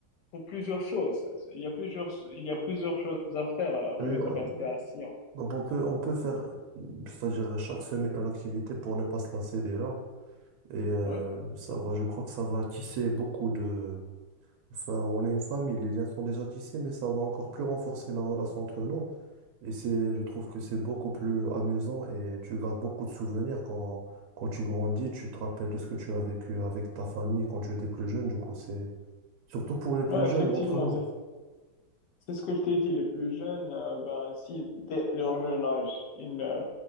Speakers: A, on the left; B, on the right.
A: pour plusieurs choses. Il y a plusieurs, il y a plusieurs choses à faire euh, au
B: Et, euh,
A: lieu de rester assis. hein.
B: donc on peut, on peut faire, euh, c'est-à-dire chaque semaine une activité pour ne pas se lasser déjà. Et euh,
A: Ouais.
B: ça va, je crois que ça va tisser beaucoup de. Enfin, on est une famille, les liens sont déjà tissés, mais ça va encore plus renforcer la relation entre nous. Et c'est, je trouve que c'est beaucoup plus amusant et tu gardes beaucoup de souvenirs quand, quand tu grandis, tu te rappelles de ce que tu as vécu avec ta famille quand tu étais plus jeune. Du coup, c'est surtout pour les plus
A: Ouais,
B: jeunes
A: effectivement,
B: d'entre nous.
A: c'est c'est ce que je t'ai dit. Les plus jeunes, euh, ben, si dès leur jeune âge, ils ne